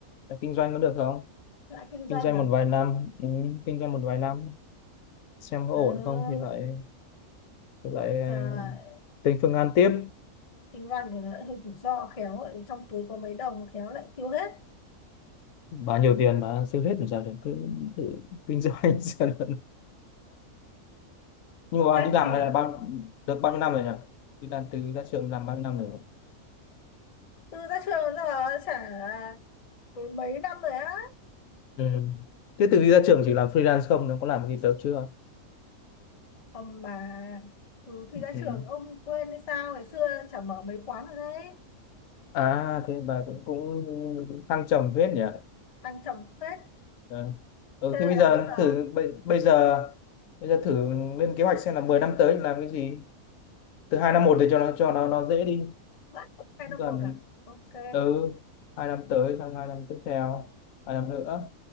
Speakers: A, on the left; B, on the left.
A: làm kinh doanh có được không?
B: lại kinh
A: kinh
B: doanh
A: doanh
B: à
A: một vài năm ừ, kinh doanh một vài năm xem có
B: ừ,
A: ổn không thì lại thì lại
B: giờ
A: à, tính phương án tiếp
B: kinh doanh thì nó lại hơi rủi ro khéo lại trong túi có mấy đồng khéo lại tiêu hết
A: bao nhiêu tiền mà tiêu hết làm sao được cứ thử kinh doanh <laughs> xem là- nhưng mà
B: Hết
A: bà đi làm
B: thì
A: này là bao được bao nhiêu năm rồi nhỉ đi làm từ ra trường làm bao nhiêu năm rồi nhỉ?
B: từ ra trường giờ chả mười mấy năm rồi á
A: ừ. thế từ khi ra trường chỉ làm freelance không nó có làm gì được chưa
B: hầm mà từ khi
A: ừ.
B: ra trường ông quên hay sao ngày xưa chả mở mấy quán rồi đấy
A: à thế bà cũng cũng thăng trầm phết nhỉ
B: thăng trầm phết
A: Ờ. ừ.
B: thế
A: thì
B: này
A: bây
B: là
A: giờ
B: bây giờ
A: thử bây, bây giờ bây giờ thử lên kế hoạch xem là 10 năm tới làm cái gì từ hai năm một để cho nó cho nó nó dễ đi
B: bắt hai
A: gần
B: năm một à ok
A: ừ hai năm tới sang hai năm tiếp theo hai năm nữa